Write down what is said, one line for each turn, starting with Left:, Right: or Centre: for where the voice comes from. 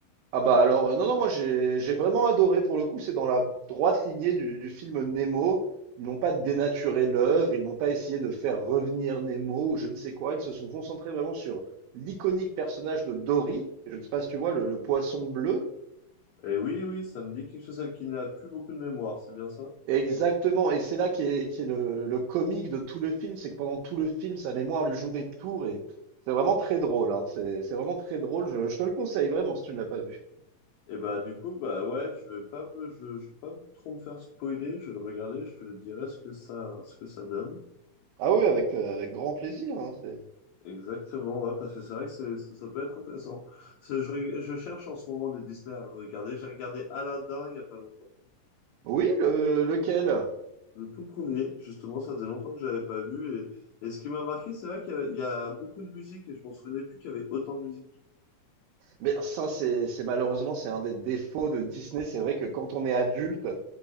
Right: Ah
Left: bah,
Right: bah
Left: du coup,
Right: alors,
Left: je vais
Right: euh,
Left: le...
Right: non, non, moi j'ai j'ai vraiment adoré. Pour le coup, c'est dans la droite lignée du, du film Nemo. Ils n'ont pas dénaturé l'œuvre, ils n'ont pas essayé de faire revenir Nemo ou je ne sais quoi. Ils se sont concentrés vraiment sur l'iconique personnage de Dory. Je ne sais pas si tu vois, le, le poisson bleu.
Left: Et oui, oui, ça me dit quelque chose, elle qui n'a plus beaucoup de mémoire, c'est bien ça?
Right: exactement, et c'est là qui est, qui est le, le comique de tout le film, c'est que pendant tout le film, sa mémoire lui joue des tours et c'est vraiment très drôle. hein. C'est c'est vraiment très drôle. Je, je te le conseille vraiment si tu ne l'as pas vu.
Left: Et bah, du coup, bah ouais, je vais pas me, je, je vais pas trop me faire spoiler, je vais le regarder, je te le dirai ce que ça, ce que ça donne.
Right: Ah oui, avec, euh, avec grand plaisir. hein, c'est-
Left: Exactement, ouais, parce que c'est vrai que c'est, ça, ça peut être intéressant. Parce que Je, reg- je cherche en ce moment des Disney à regarder. J'ai regardé Aladdin il y a pas longtemps.
Right: Oui, le- lequel?
Left: Le tout premier, justement, ça faisait longtemps que je l'avais pas vu. Et, et ce qui m'a marqué, c'est vrai qu'il y a, il y a beaucoup de musique et je m'en souvenais plus qu'il y avait autant de musique.
Right: Mais ça, c'est c'est- malheureusement, c'est un des défauts de Disney. C'est vrai que quand on est adulte,